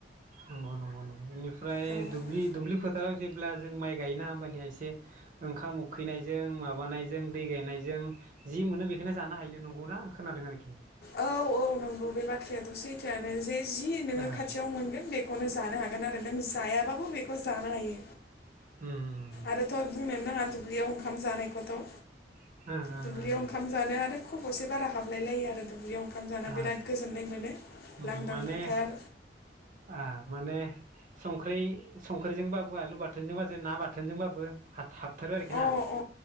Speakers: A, on the right; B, on the left.
A: नंगौ नंगौ नंगौ बेनिफ्राय
B: औ
A: दुब्लि दुब्लिफोर फोथाराव जेब्ला जों माइ गायोना होमबखया एसे ओंखाम उखैनायजों माबानायजों दै गायनायजों जों जि मोनो बेखौनो जानो हायोनो नंगौना आं खोनादों आरोखि।
B: औ औ नंगौ बे बाथ्रायाथ' सैथोयानो जे जि नोङो
A: ओ
B: खाथियाव मोनगोन बेखौनो जानो हागोन आरो नों जायाबाबो बेखौ जानो हायो।
A: उम उम
B: आरोथ' बुंनो नाङा दुब्लियाव ओंखाम जानायखौथ'
A: ओ ओ
B: दुब्लियाव ओंखाम
A: ओ
B: जानो आरो खब'से बारा हाबलायलायो आरो दुब्लियाव ओंखाम जाना
A: ओ
B: बिराद गोजोननाय मोनो
A: ओ
B: लांदां
A: माने
B: फोथार
A: आ माने संख्रि संख्रिजोंबाबो आलु बाथोनजोंबो ना बाथोनजोंबाबो हाब हाबथारो आरोखि
B: अ
A: ना
B: अ